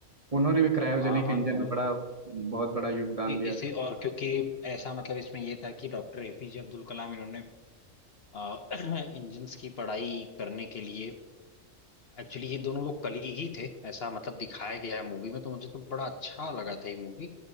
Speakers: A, on the right; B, on the left.
A: उन्होंने भी क्रायोजेनिक
B: हाँ हाँ
A: इंजन
B: दो
A: में बड़ा बहुत बड़ा योगदान
B: कि
A: दिया
B: इसी
A: था
B: और क्योंकि ऐसा मतलब इसमें ये था कि डॉक्टर एपीजे अब्दुल कलाम इन्होंने <clears throat> इंजन्स की पढ़ाई करने के लिए एक्चुअली ये दोनों लोग कली ही थे ऐसा मतलब दिखाया गया है मूवी में तो मुझे तो बड़ा अच्छा लगा था ये मूवी